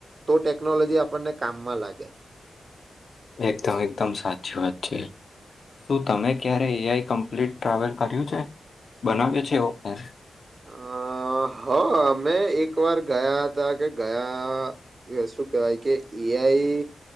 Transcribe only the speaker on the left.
એકદમ એકદમ સાચી વાત છે. શું તમે ક્યારે એઆઈ કમ્પ્લીટ ટ્રાવેલ કર્યું છે? બનાવ્યો છે એવો પર